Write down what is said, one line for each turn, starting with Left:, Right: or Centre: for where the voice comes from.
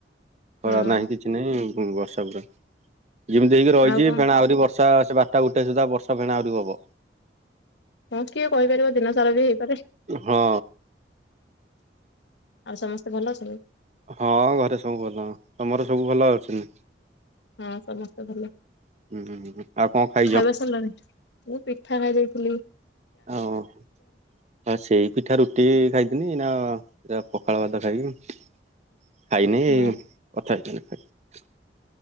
Left: ହୁଁ
Right: ଖରା ନାହିଁ କିଛି ନାହିଁ ବର୍ଷା ପୁରା। ଯେମିତି ହେଇକି ରହିଛି
Left: ଆଉ କଣ
Right: ଫେଣା ଆହୁରି ବର୍ଷା, ସେ ବାରଟା ଗୋଟେ ସୁଦ୍ଧା ବର୍ଷା ଫେଣା ଆହୁରି ହବ।
Left: ହଁ କିଏ କହିପାରିବ ଦିନ ସାରା ବି ହେଇପାରେ। ଆଉ
Right: ହଁ
Left: ସମସ୍ତେ ଭଲ ଅଛନ୍ତି?
Right: ହଁ ଘରେ ସବୁ ଭଲ ତମର ସବୁ ଭଲ ଅଛି
Left: ହଁ ସମସ୍ତେ ଭଲ
Right: ହୁଁ ଆଉ କଣ ଖାଇଛ?
Left: ଖାଇବା ସରିଲାଣି ମୁଁ ଖାଇବା ଯାଇଥିଲି
Right: ଓ ବା ସେଇ ପିଠା ରୁଟି ଖାଇଥିନି ଇନା ଯାଉ ପଖାଳ ଭାତ ଖାଇବି ଖାଇନି
Left: ହଁ।
Right: ଏଇ କଥା ହେଇ <unintelligible>